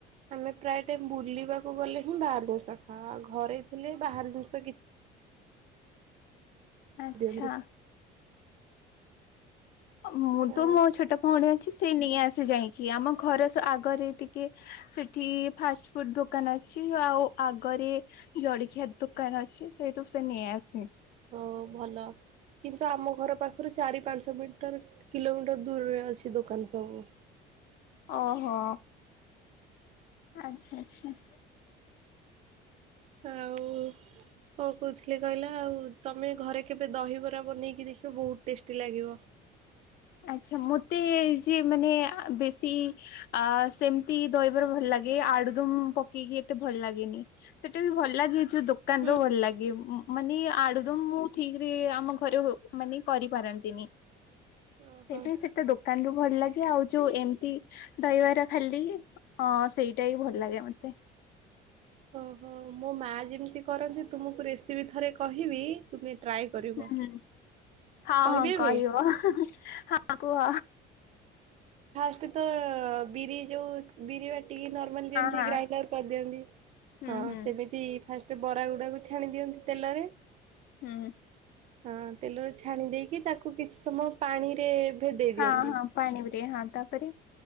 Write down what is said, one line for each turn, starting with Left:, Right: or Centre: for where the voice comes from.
Right: ଆମେ ପ୍ରାୟ ଟାଇମ୍ ବୁଲିବାକୁ ଗଲେ ହିଁ ବାହାର ଜିନିଷ ଖାଉ ଘରେ ଥିଲେ ବାହାର ଜିନିଷ କିଛି
Left: ଆଚ୍ଛା।
Right: ଦିଅନ୍ତି
Left: ମୁଁ
Right: ହଁ
Left: ତ ମୋ ଛୋଟ ଭଉଣୀ ଅଛି ସେ ନେଇ ଆସି ଯାଇକି ଆମ ଘର ଆଗରେ ଟିକେ ସେଠି ଫାଷ୍ଟଫୁଡ୍ ଦୋକାନ୍ ଅଛି ଆଉ ଆଗରେ ଜଳିଖିଆ ଦୋକାନ୍ ଅଛି ସେଇଠୁ ସେ ନେଇ ଆସେ।
Right: ଓହୋ ଭଲ। କିନ୍ତୁ ଆମ ଘର ପାଖରୁ ଚାରି ପାଞ୍ଚ ମିଟର କିଲୋମିଟର ଦୂରରେ ଅଛି ଦୋକାନ୍ ସବୁ।
Left: ଓହୋ। ଆଚ୍ଛା-ଆଚ୍ଛା।
Right: ଆଉ। କଣ କହୁଥିଲି କହିଲ ଆଉ ତମେ ଘରେ କେବେ ଦହିବରା ବନେଇକି ଦେଖିବ ବହୁତ ଟେଷ୍ଟି ଲାଗିବ।
Left: ଆଛା ମତେ ଯିଏ ମାନେ ବେଶୀ ଆ ସେମିତି ଦହିବାର ଭଲ ଲାଗେ ଆଳୁଦମ୍ ପକେଇକି ଏତେ ଭଲ ଲାଗେନି। ସେଟା ବି ଭଲ ଲାଗେ ଯୋଉ ଦୋକାନ୍
Right: ହୁଁ
Left: ର ଭଲ ଲାଗେ। ମାନେ ଆଳୁଦମ୍ ମୁଁ ଠିକ୍ ରେ ଆମ ଘରେ ମାନେ କରିପାରନ୍ତିନି।
Right: ଓହୋ।
Left: ସେଇଥି ପାଇଁ ସେଟା ଦୋକାନ୍ ରୁୁ ଭଲ ଲାଗେ ଆଉ ଯୋଉ ଏମିତି ଦହିବାର ଖାଲି ହଁ ସେଇଟା ବି ଭଲ ଲାଗେ ମତେ।
Right: ଓହୋ ମୋ ମା ଯେମିତି କରନ୍ତି ତୁମକୁ ରେସିପି ଥରେ କହିବି ତୁମେ ଟ୍ରାଏ କରିବ।
Left: ହୁଁ-ହୁଁ ହଁ-ହଁ
Right: କହିବି ଏବେ?
Left: କହିବ ହଁ କୁହ।
Right: ଫାଷ୍ଟ୍ ତ ବିରି ଯୋଉ ବିରି ବାଟିକି <unintelligible> ଯେମିତି
Left: ହଁ
Right: ଗ୍ରାଇଣ୍ଡର କରିଦିଅନ୍ତି
Left: ହୁଁ
Right: ହଁ
Left: ହୁଁ
Right: ସେମିତି। ଫାଷ୍ଟେ ବରା ଗୁଡାକୁ ଛାଣି ଦିଅନ୍ତି ତେଲରେ।
Left: ହୁଁ।
Right: ହଁ ତେଲରେ ଛାଣି ଦେଇକି ତାକୁ କିଛି ସମୟ ପାଣିରେ ଭେଦେଇ ଦିଅନ୍ତି।
Left: ହଁ-ହଁ ପାଣି <unintelligible> ହଁ ତା ପରେ